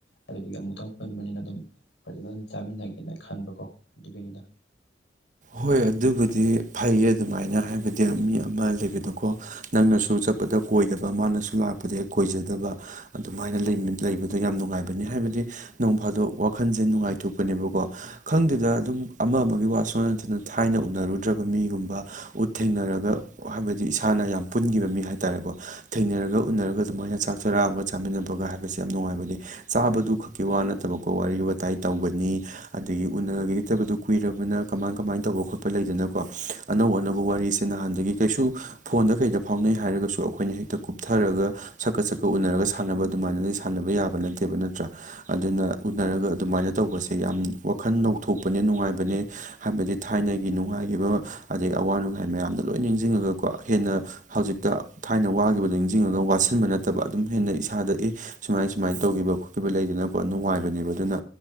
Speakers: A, on the left; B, on the right.
A: ꯑꯗꯨꯗꯒꯤ ꯑꯃꯨꯛꯇꯪ ꯄꯨꯟꯕꯅꯤꯅ ꯑꯗꯨꯝ ꯐꯖꯅ ꯑꯗꯨꯝ ꯆꯥꯃꯤꯟꯅꯒꯦꯅ ꯈꯟꯕꯀꯣ ꯑꯗꯨꯒꯤꯅꯤꯗ꯫
B: ꯍꯣꯏ ꯑꯗꯨꯕꯨꯗꯤ ꯐꯩꯌꯦ ꯑꯗꯨꯃꯥꯏꯅ ꯍꯥꯏꯕꯗꯤ ꯃꯤ ꯑꯃ ꯂꯩꯕꯗꯣꯀꯣ ꯅꯪꯅꯁꯨ ꯆꯠꯄꯗ ꯀꯣꯏꯗꯕ ꯃꯥꯅꯁꯨ ꯂꯥꯛꯄꯗ ꯍꯦꯛ ꯀꯣꯏꯖꯗꯕ꯫ ꯑꯗꯨꯃꯥꯏꯅ ꯂꯩꯃꯤꯟ ꯂꯩꯕꯗꯣ ꯌꯥꯝ ꯅꯨꯡꯉꯥꯏꯕꯅꯤ ꯍꯥꯏꯕꯗꯤ ꯅꯣꯡ ꯐꯥꯗꯣꯛ ꯋꯥꯈꯜꯁꯦ ꯅꯨꯡꯉꯥꯏꯊꯣꯛꯄꯅꯦꯕꯀꯣ ꯈꯪꯗꯦꯗ ꯑꯗꯨꯝ ꯑꯃ ꯑꯃꯒꯤ ꯋꯥ ꯁꯨꯛꯅꯠ ꯅꯠꯇꯦ ꯅ ꯊꯥꯏꯅ ꯎꯅꯔꯨꯗ꯭ꯔꯕ ꯃꯤꯒꯨꯝꯕ ꯎꯠ ꯊꯦꯡꯅꯔꯒ ꯍꯥꯏꯕꯗꯤ ꯏꯁꯥꯅ ꯌꯥꯝ ꯄꯨꯟꯒꯤꯕ ꯃꯤ ꯍꯥꯏ ꯇꯔꯦꯀꯣ ꯊꯦꯡꯅꯔꯒ ꯎꯅꯔꯒ ꯑꯗꯨꯃꯥꯏꯅ ꯆꯥꯛ ꯆꯔꯥ ꯑꯃ ꯆꯥꯃꯤꯟꯅꯕꯒ ꯍꯥꯏꯕꯁꯦ ꯌꯥꯝ ꯅꯨꯡꯉꯥꯏꯕꯅꯤ꯫ ꯆꯥꯕꯗꯨ ꯈꯛꯀꯤ ꯋꯥ ꯅꯠꯇꯕꯀꯣ ꯋꯥꯔꯤ ꯋꯥꯇꯥꯏ ꯇꯧꯒꯅꯤ ꯑꯗꯒꯤ ꯎꯅꯒꯤꯗꯕꯗꯨ ꯀꯨꯏꯔꯕꯅ ꯀꯃꯥꯟ ꯀꯃꯥꯏꯟ ꯇꯧꯕ ꯈꯣꯠꯄ ꯂꯩꯗꯅꯀꯣ ꯑꯅꯧ ꯑꯅꯧꯕ ꯋꯥꯔꯤꯁꯤ ꯅꯍꯥꯟꯗꯥꯒꯤ ꯀꯩꯁꯨ ꯐꯣꯟꯗ ꯀꯩꯗ ꯐꯥꯎꯅꯩ ꯍꯥꯏꯔꯒꯥꯁꯨ ꯑꯈꯣꯏꯅ ꯍꯦꯛꯇꯥ ꯀꯨꯞꯊꯔꯒ ꯁꯛꯀꯥ ꯁꯛꯀꯥ ꯎꯅꯔꯒ ꯁꯥꯟꯅꯕ ꯑꯗꯨꯃꯥꯏꯅꯗꯤ ꯁꯥꯟꯅꯕ ꯌꯥꯕ ꯅꯠꯇꯦꯕ ꯅꯠꯇ꯭ꯔꯥ ꯑꯗꯨꯅ ꯎꯅꯔꯒ ꯑꯗꯨꯃꯥꯏꯅ ꯇꯧꯕꯁꯦ ꯌꯥꯝ ꯋꯥꯈꯜ ꯅꯧꯊꯣꯛꯄꯅꯦ ꯅꯨꯡꯉꯥꯏꯕꯅꯦ ꯍꯥꯏꯕꯗꯤ ꯊꯥꯏꯅꯒꯤ ꯅꯨꯡꯉꯥꯏꯒꯤꯕ ꯑꯗꯩ ꯑꯋꯥ ꯅꯨꯡꯉꯥꯏ ꯃꯌꯥꯝꯗꯣ ꯂꯣꯏ ꯅꯤꯡꯖꯤꯡꯉꯒꯥꯀꯣ ꯍꯦꯟꯅ ꯍꯧꯖꯤꯛꯇꯥ ꯊꯥꯏꯅ ꯋꯥꯒꯤꯕꯗꯨꯣ ꯅꯤꯡꯖꯤꯡꯉꯒꯥ ꯋꯥꯠꯁꯤꯟꯕ ꯅꯠꯇꯕ ꯑꯗꯨꯝ ꯍꯦꯟꯅ ꯏꯁꯥꯗ ꯑꯦ ꯁꯨꯃꯥꯏ ꯁꯨꯃꯥꯏꯟ ꯇꯧꯒꯤꯕ ꯈꯣꯠꯈꯤꯕ ꯂꯩꯗꯅꯀꯣ ꯅꯨꯡꯉꯥꯏꯕꯅꯦꯕ ꯑꯗꯨꯅ